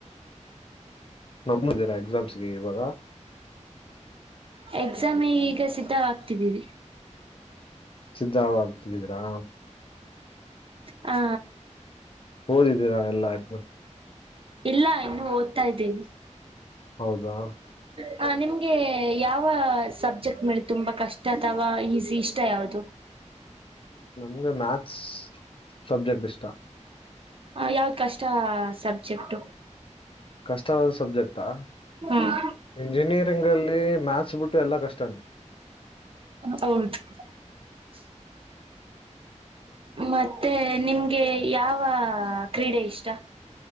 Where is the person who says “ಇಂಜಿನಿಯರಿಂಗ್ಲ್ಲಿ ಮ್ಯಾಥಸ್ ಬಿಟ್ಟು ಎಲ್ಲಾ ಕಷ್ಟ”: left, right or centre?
Left